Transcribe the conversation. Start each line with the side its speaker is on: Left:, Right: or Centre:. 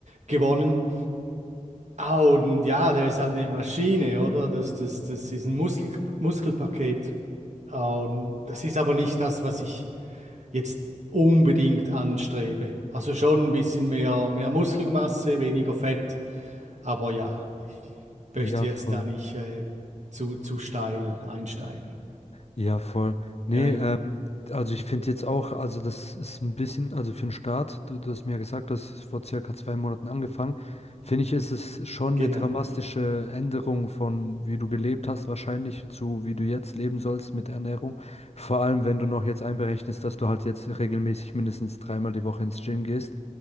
Right: gewonnen. Ah, und ja, der ist halt eine Maschine, oder? Das, das, das ist ein Muskel, Muskelpaket. Ah, Und das ist aber nicht das, was ich jetzt unbedingt anstrebe. Also schon ein bisschen mehr, mehr Muskelmasse, weniger Fett. Aber ja, ich möchte
Left: Ja,
Right: jetzt
Left: voll.
Right: da nicht äh, zu, zu steil einsteigen.
Left: Ja, voll. Nee,
Right: Ja, ja,
Left: ähm, also ich finde jetzt auch, also das ist ein bisschen, also für den Start, du, du hast mir ja gesagt, du hast vor circa zwei Monaten angefangen, finde ich, ist es schon eine
Right: genau.
Left: dramatische Änderung von wie du gelebt hast, wahrscheinlich zu wie du jetzt leben sollst mit Ernährung. Vor allem, wenn du noch jetzt einberechnest, dass du halt jetzt regelmäßig mindestens dreimal die Woche ins Gym gehst.